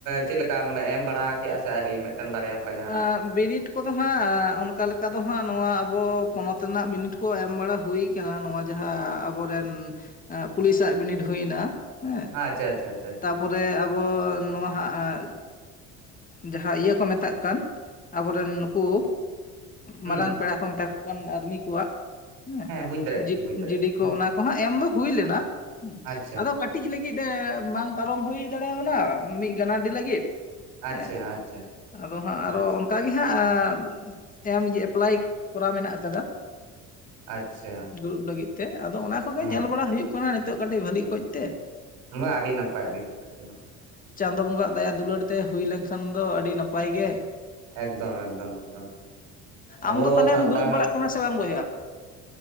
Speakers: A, on the right (about 80°); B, on the left (about 25°).
A: ᱪᱮᱫ ᱞᱮᱠᱟᱢ ᱮᱢ ᱵᱟᱲᱟ ᱠᱮᱜ-ᱟ ᱥᱮ ᱟᱹᱣᱨᱤ ᱢᱤᱫᱴᱟᱹᱝ ᱵᱟᱨᱭᱟ ᱚᱱᱠᱟ ᱡᱟᱦᱟᱱᱟᱜ
B: ᱟᱸ ᱵᱤᱱᱤᱰ ᱠᱚᱫᱚ ᱦᱟᱸᱜ ᱚᱱᱠᱟ ᱞᱮᱠᱟ ᱫᱚ ᱦᱟᱸᱜ ᱱᱚᱣᱟ ᱟᱵᱚ ᱯᱚᱱᱚᱛ ᱨᱮᱱᱟᱜ ᱵᱤᱱᱤᱰ ᱠᱚ ᱮᱢ ᱵᱟᱲᱟ ᱦᱩᱭ ᱟᱠᱟᱱᱟ ᱱᱚᱣᱟ ᱡᱟᱦᱟᱸ ᱟᱵᱚᱨᱮᱱ ᱯᱩᱞᱤᱥᱟᱜ ᱵᱤᱱᱤᱰ ᱦᱩᱭ ᱮᱱᱟ ᱦᱮᱸ
A: ᱟᱪᱷᱟ ᱟᱪᱷᱟ
B: ᱛᱟᱯᱚᱨᱮ ᱟᱵᱚ ᱱᱚᱣᱟ ᱦᱟᱸᱜ ᱡᱟᱦᱟᱸ ᱤᱭᱟᱹ ᱠᱚ ᱢᱮᱛᱟᱜ ᱠᱟᱱ ᱟᱵᱚ ᱨᱮᱱ ᱱᱩᱠᱩ
A: ᱦᱩᱸ
B: ᱢᱟᱨᱟᱝ ᱯᱮᱲᱟ ᱠᱚ ᱢᱮᱛᱟ ᱠᱚ ᱠᱟᱱ ᱟᱨᱢᱤ ᱠᱚᱣᱟᱜ ᱦᱮᱸ
A: ᱵᱩᱡ ᱫᱟᱲᱮᱭᱟᱜ ᱠᱟᱹᱱᱟᱹᱧ
B: ᱡᱤ
A: ᱵᱩᱡ ᱫᱟᱲᱮᱭᱟᱜ
B: ᱡᱤᱰᱤ
A: ᱠᱟᱹᱱᱟᱹᱧ
B: ᱠᱚ ᱚᱱᱟ ᱠᱚ ᱦᱟᱸᱜ ᱮᱢ ᱫᱚ ᱦᱩᱭ ᱞᱮᱱᱟ
A: ᱟᱪᱪᱷᱟ
B: ᱟᱫᱚ ᱠᱟᱹᱴᱤᱡ ᱞᱟᱹᱜᱤᱫ ᱵᱟᱝ ᱯᱟᱨᱚᱢ ᱦᱩᱭ ᱫᱟᱲᱮᱣᱟᱱᱟ ᱢᱤᱫ ᱜᱟᱱᱟᱰᱤ ᱞᱟᱹᱜᱤᱫ
A: ᱟᱪᱪᱷᱟ
B: ᱦᱮᱸ
A: ᱟᱪᱪᱷᱟ
B: ᱟᱫᱚ ᱦᱟᱸᱜ
A: ᱟᱪᱪᱷᱟ
B: ᱟᱨᱦᱚᱸ ᱚᱱᱠᱟᱜ ᱜᱮ ᱦᱟᱸᱜ ᱮᱢ ᱮᱯᱞᱟᱭ ᱠᱚᱨᱟᱣ ᱢᱮᱱᱟᱜ ᱟᱠᱟᱫᱟ
A: ᱟᱪᱪᱷᱟ
B: ᱫᱩᱲᱩᱵ ᱞᱟᱹᱜᱤᱫ ᱛᱮ ᱟᱫᱚ ᱚᱱᱟ ᱠᱚᱜᱮ
A: ᱦᱩᱸ
B: ᱧᱮᱞ ᱵᱟᱲᱟ ᱦᱩᱭᱩᱜ ᱠᱟᱱᱟ ᱱᱤᱛᱳᱜ ᱠᱟᱹᱴᱤᱡ ᱵᱷᱟᱹᱞᱤ ᱚᱠᱚᱡ ᱛᱮ
A: ᱵᱟ ᱟᱹᱰᱤ ᱱᱟᱯᱟᱭ ᱟᱹᱰᱤ ᱱᱟᱯᱟᱭ ᱟᱹᱰᱤ ᱱᱟᱯᱟᱭ
B: ᱪᱟᱸᱫᱚ ᱵᱚᱸᱜᱟ ᱟᱜ ᱫᱟᱭᱟ ᱫᱩᱞᱟᱹᱲ ᱛᱮ ᱦᱩᱭ ᱞᱮᱱᱠᱷᱟᱱ ᱫᱚ ᱟᱹᱰᱤ ᱱᱟᱯᱟᱭ ᱜᱮ
A: ᱮᱠᱫᱚᱢ ᱮᱠᱫᱚᱢ ᱮᱠᱫᱚᱢ ᱟᱵᱚ
B: ᱟᱢᱫᱚ ᱛᱟᱦᱚᱞᱮᱢ
A: ᱥᱟᱱᱛᱟᱲ
B: ᱫᱩᱲᱩᱵ ᱵᱟᱲᱟᱜ ᱠᱟᱱᱟ ᱥᱮ ᱵᱟᱝ ᱵᱚᱭᱦᱟ